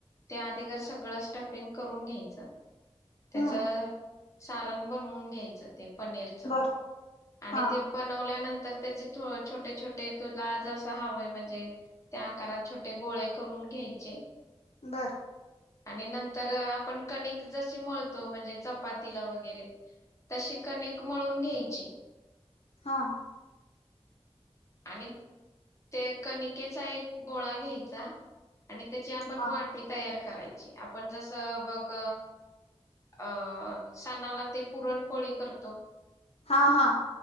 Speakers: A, on the left; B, on the left.
A: ते आधीर सगळं स्टफिंग करून घ्यायचं त्याच
B: हम्म
A: सारण बनवून घ्यायचं ते पनीरचं
B: बर
A: आणि
B: हा
A: ते बनवल्यानंतर तर त्याचे छोटे छोटे तुला जसं हवंय म्हणजे त्या आकारात छोटे गोळे करून घ्यायचे
B: बर
A: आणि नंतर आपण कणिक जशी मळतो म्हणजे चपातीला वगैरे तशी कणिक मळून घ्यायची
B: हा
A: आणि ते कणिकेचा एक गोळा घ्यायचा आणि त्याची आपण
B: हा
A: वाटी तयार करायची आपण जस बघ अ सणाला ते पुरणपोळी करतो
B: हा हा